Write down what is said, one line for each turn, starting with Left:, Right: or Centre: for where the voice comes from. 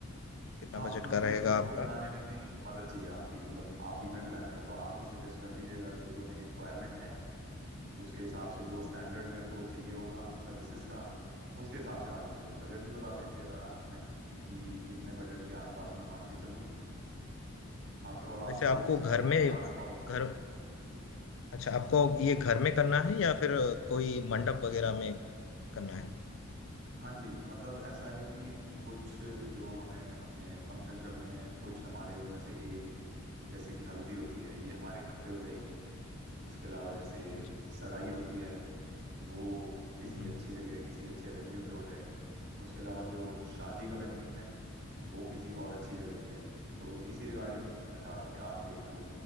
Left: कितना
Right: हाँ
Left: बजट
Right: मतलब मुझे
Left: का रहेगा
Right: उसको
Left: आपका
Right: बनाने में भी मदद चाहिए आपकी मतलब आप इवेंट प्लानर हैं तो आप ही सजेस्ट कर दीजिएगा जो जो मेरी रिक्वायरमेंट है उसके हिसाब से जो स्टैंडर्ड मेरे को चाहिए होगा सर्विसेज का उसके हिसाब से आप मुझे फिर बजट भी बता दीजिएगा अंत में कि इतने बजट के आसपास मैं मान के चलूं आफ्टर ऑल आपको
Left: वैसे आपको
Right: इसका
Left: घर
Right: बहुत ज़्यादा
Left: में
Right: अनुभव होगा
Left: घर अच्छा आपको ये घर में करना है या फिर कोई मंडप वगैरह में करना है
Right: हाँ जी मतलब ऐसा है कि कुछ जो हमें अपने फंक्शन करने हैं कुछ हमारे उनमें से एक जैसे कि हल्दी होती है ये हमारे घर पे हो जाएगी उसके अलावा जैसे
Left: हाँ जी
Right: सगाई होती है वो किसी
Left: हम्म, हम्म।
Right: अच्छी जगह किसी अच्छे वेन्यू पे हो जाए उसके अलावा जो शादी का वेन्यू है वो किसी और अच्छी जगह हो जाए तो इसी रिगार्डिंग मैं चाह रहा हूँ कि आप एक